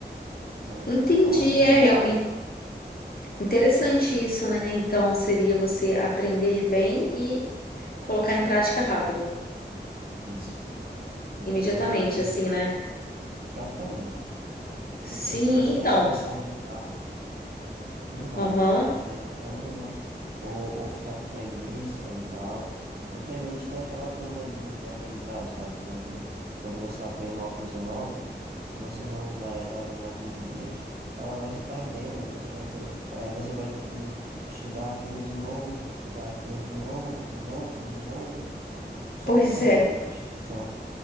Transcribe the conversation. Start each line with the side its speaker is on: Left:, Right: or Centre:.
Right: É,
Left: Entendi,
Right: é uma das melhores
Left: é real-
Right: coisas
Left: in-
Right: para
Left: interessante isso, né? Então seria você aprender bem e colocar em prática rápido,
Right: isso. Porque
Left: imediatamente,
Right: tem
Left: assim,
Right: que,
Left: né?
Right: praticamente.
Left: Sim,
Right: Porque se você
Left: então.
Right: não evitar Não vai.
Left: Aham,
Right: Você deve estar no, no- ou, ou ficar com preguiça e tal. Então, às vezes, tem aquela curva de, de aprendizado, sabe? Então, tipo, quando você aprende uma coisa nova, se você não usar ela em alguns dias, ela vai se perdendo, aí você vai tendo, aí você vai ter que estudar aquilo de novo, estudar aquilo de novo, de novo, de novo,
Left: <laughs>
Right: só
Left: pois
Right: por causa
Left: é.
Right: da procrastinação.